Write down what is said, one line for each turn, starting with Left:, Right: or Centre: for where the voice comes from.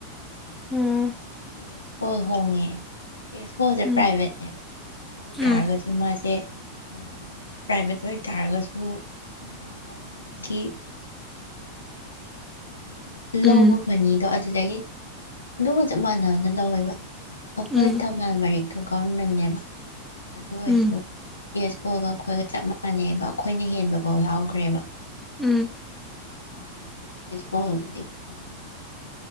Centre: ꯎꯝ
Left: ꯑꯦ ꯑꯦꯁ ꯄꯣꯜ ꯍꯣꯡꯉꯦ ꯇꯦꯁꯄꯣꯜꯖꯦ
Centre: ꯎꯝ
Left: ꯄ꯭ꯔꯥꯏꯚꯦꯠꯅꯦꯕ ꯑꯗꯨ ꯑꯣꯏꯇꯥꯔꯒꯗꯤ
Centre: ꯎꯝ
Left: ꯑꯗꯨ ꯃꯥꯖꯦ ꯑ ꯃꯣꯏꯖꯦ ꯄ꯭ꯔꯥꯏꯚꯦꯠ ꯑꯣꯏꯇꯥꯔꯒꯁꯨ ꯒꯔꯃꯦꯠꯀꯤ ꯎꯝ
Centre: ꯎꯝ
Left: ꯂꯧꯕ ꯃꯅꯤꯗꯣ ꯑꯗꯨꯗꯒꯤ ꯑꯗꯨꯒ ꯆꯞ ꯃꯥꯟꯅꯅ ꯂꯧꯋꯦꯕ ꯑꯈꯣꯏ
Centre: ꯎꯝ
Left: ꯊꯝꯕꯥꯜ ꯃꯔꯤꯛꯇꯨ ꯒꯚꯔꯃꯦꯟꯅꯦꯕ ꯑꯗꯨ ꯑꯣꯏꯁꯨ
Centre: ꯎꯝ
Left: ꯇꯦꯖꯄꯣꯜꯒ ꯑꯈꯣꯏꯒ ꯆꯞ ꯃꯥꯟꯅꯩꯕ ꯑꯈꯣꯏꯅ ꯍꯦꯟꯕꯕꯥꯎ ꯌꯥꯎꯒ꯭ꯔꯦꯕ
Centre: ꯎꯝ
Left: ꯑꯗꯨꯅ ꯇꯦꯖꯄꯣꯜ ꯕꯨꯗꯤ ꯐꯕ ꯃꯥꯜꯂꯦ